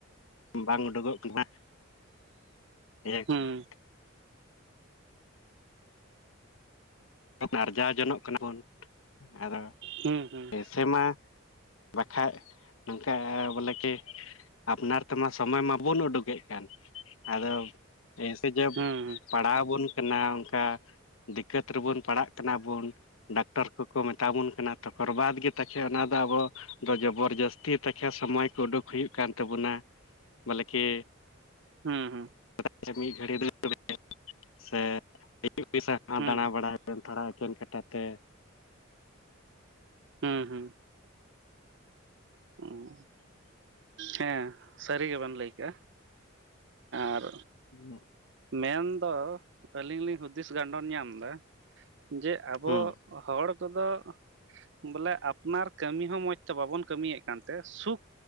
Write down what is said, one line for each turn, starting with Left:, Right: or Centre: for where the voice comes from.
Left: ᱵᱟᱝ ᱩᱰᱩ ᱠᱚᱜ ᱠᱟᱱᱟ <unintelligible>
Right: ᱦᱩᱸ
Left: ᱟᱨᱡᱟᱣ ᱡᱚᱱᱚᱜ ᱠᱟᱱᱟ ᱵᱚᱱ ᱟᱫᱚ
Right: ᱦᱩᱸ ᱦᱩᱸ
Left: ᱮᱥᱮ ᱢᱟ ᱵᱟᱠᱷᱟᱡ ᱱᱚᱝᱠᱟ ᱵᱚᱞᱮ ᱠᱤ ᱟᱯᱱᱟᱨ ᱛᱮ ᱢᱟ ᱥᱳᱢᱚᱭ ᱢᱟ ᱵᱟᱵᱳᱱ ᱩᱰᱩᱠ ᱮᱫ ᱠᱟᱱ ᱟᱫᱚ ᱯᱮᱭᱥᱮ ᱡᱟᱹᱵᱽ
Right: ᱦᱩᱸ
Left: ᱯᱟᱲᱟᱣ ᱵᱚᱱ ᱠᱟᱱᱟ ᱚᱱᱠᱟ ᱫᱤᱠᱟᱹᱛ <unintelligible> ᱨᱮᱵᱚᱱ ᱯᱟᱲᱟᱜ ᱠᱟᱱᱟ ᱵᱚᱱ ᱰᱟᱠᱛᱟᱨ ᱠᱚ ᱠᱚ ᱢᱮᱛᱟ ᱵᱚᱱ ᱠᱟᱱᱟ ᱛᱚᱠᱷᱚᱨ ᱵᱟᱫ ᱜᱮ ᱛᱟᱠᱷᱮ ᱚᱱᱟ ᱫᱚ ᱟᱵᱚ ᱫᱚ ᱡᱚᱵᱚᱨ ᱡᱟᱹᱥᱛᱤ ᱛᱮᱠᱷᱮ ᱥᱚᱢᱚᱭ ᱠᱚ ᱩᱰᱩᱠ ᱦᱩᱭᱩᱜ ᱠᱟᱱ ᱛᱟᱵᱚ ᱱᱟ ᱵᱚᱞᱮ ᱠᱤ
Right: ᱦᱩᱸ ᱦᱩᱸ
Left: <unintelligible> ᱢᱤᱫ ᱜᱷᱟᱹᱲᱤᱡ <unintelligible> ᱥᱮ ᱟᱭᱩᱵ <unintelligible>
Right: ᱦᱩᱸ
Left: ᱫᱟᱬᱟ ᱵᱟᱲᱟᱭ <unintelligible> ᱛᱷᱚᱲᱟ ᱮᱠᱮᱱ ᱠᱟᱴᱟ ᱛᱮ
Right: ᱦᱩᱸ ᱦᱩᱸ ᱦᱩᱸ ᱦᱮᱸ ᱥᱟᱹᱨᱤ ᱜᱮ ᱵᱮᱱ ᱞᱟᱹᱭ ᱠᱟᱜᱼᱟ ᱟᱨ
Left: <unintelligible>
Right: ᱢᱮᱱ ᱫᱚ ᱟᱹᱞᱤᱧ ᱞᱤᱧ ᱦᱩᱫᱤᱥ ᱜᱟᱰᱚᱱ ᱧᱟᱢ ᱫᱟ ᱡᱮ
Left: ᱦᱩᱸ
Right: ᱟᱵᱚ ᱦᱚᱲ ᱠᱚ ᱫᱚ ᱵᱚᱞᱮ ᱟᱯᱱᱟᱨ ᱠᱟᱹᱢᱤ ᱦᱚᱸ ᱢᱚᱡᱽ ᱛᱮ ᱵᱟᱵᱚᱱ ᱠᱟᱹᱢᱤ ᱭᱮᱫ ᱠᱟᱱᱛᱮ ᱥᱩᱠ